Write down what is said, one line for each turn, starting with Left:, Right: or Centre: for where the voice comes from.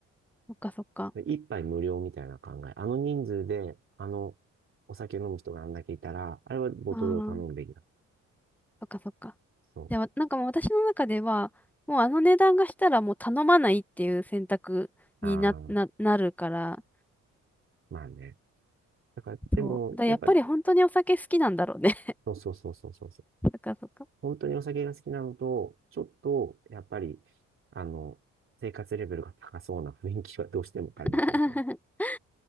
Centre: か、そっか。
Right: 一杯無料みたいな考え。あの人数で、あの、お酒飲む人があんだけいたら、あれはボトルを頼むべきだ。
Centre: ああー、そっか、そっか。
Right: そ
Centre: でも、なんかもう私の中では、もうあの値段がしたらもう頼まないっていう選択にな、
Right: う。ああ、
Centre: な、なるから、
Right: まあね。だから、でも、
Centre: そう。だやっぱり本当にお酒好きなんだろうね。
Right: やっぱ、そうそうそうそうそうそう。
Centre: <laughs> そっかそっか。
Right: 本当にお酒が好きなのと、ちょっと、やっぱり、あの、生活レベルが高そうな雰囲気はどうしても感じちゃうから。
Centre: <laughs>